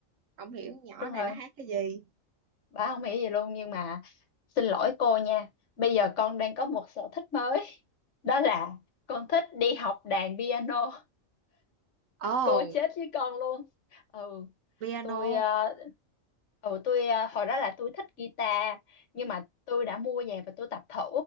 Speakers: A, on the right; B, on the left.
A: không hiểu nhỏ
B: đúng
A: này
B: rồi
A: nó hát cái gì
B: bà không nghĩ gì luôn nhưng mà xin lỗi cô nha bây giờ con đang có một sở thích mới đó là con thích đi học đàn piano
A: oh
B: cô chết với con luôn ừ
A: piano
B: tôi ờ, ừ tôi ờ, hồi đó là tôi thích guitar nhưng mà tôi đã mua về và tôi tập thử